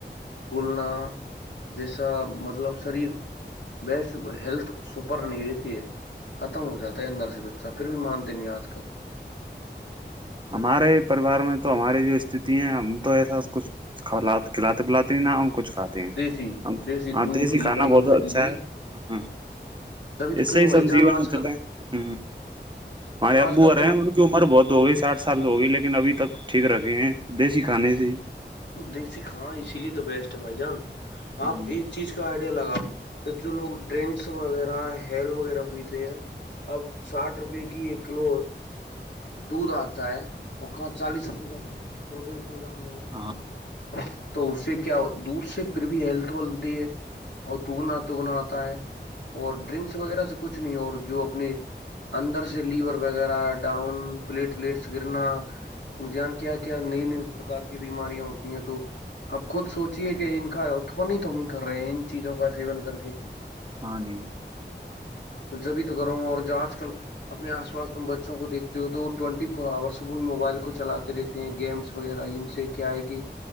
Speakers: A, on the left (about 75°); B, on the right (about 25°).
A: پھولنا جیسا مطلب شریر بیسٹ ہیلتھ سپر نہیں رہتی ہے ختم ہو جاتا ہے اندر سے بچہ پھر بھی مانتے نہیں آج کل
B: ہمارے پریوار میں تو ہماری جو استتی ہیں ہم تو ایسا کچھ ک کھلاتے پلاتے نہ ہ کچھ کھاتے ہیں
A: دیسی
B: ہ
A: دودھ
B: دیسی
A: گھی
B: کھانا
A: کا یوز
B: بہت اچھا
A: کیجیے
B: ہے ہ
A: تبھی تو
B: اس
A: کروں
B: سے ہی
A: بھائی
B: سب
A: جان
B: جیون
A: آج
B: میں چلے
A: کل
B: ہ ہمارے ابو
A: آج کل
B: آ رہے
A: تم
B: ہیں ان کی عمر بہت ہو گئی سال تو ہوگئے لیکن ابھی تک ٹھیک رکھے ہیں دیسی کھانے سے
A: وہ دیسی کھانا اسی لیے تو بیسٹ ہے بھائی جان
B: ہ
A: آپ ایک چیز کا آرڈر لگاؤ تو جو لوگ ڈرنکس وغیرہ ہیل وغیرہ پیتے ہیں اب ساٹھ روپئے کی ایک کلو دودھ آتا ہے اور چالیس روپئے کا وگرام مل <unintelligible>
B: ہاں
A: تو اس سے کیا دودھ سے پھر بھی ہیلھ بنتی ہے اور د نہتےنا آتا ہے اور ڈرنکس وغیرہ سے کچھ نہیں اور جو اپنے اندر سے لیور وغیرہ ڈاؤن پلیٹلیٹس گرنا ان کیا کیا نئی نئی پرکار کی بیماری ہوتی ہیں تو اب خود سوچے کہ ان کا اتپن ہی تو ہم ہی کر رہے ہیں ان چیزوں کا سیون کر کے
B: ہاں جی
A: تو جبھی تو کرو اور آج کل اپنے آس پاس تم بچوں کو دیکھتے ہو تو وہ ٹوینٹی فور آورس ب موبائل کو چلاتے <unintelligible> رہتے ہیں گیمس وغیرہ ان سے <unintelligible> کیا ہے گ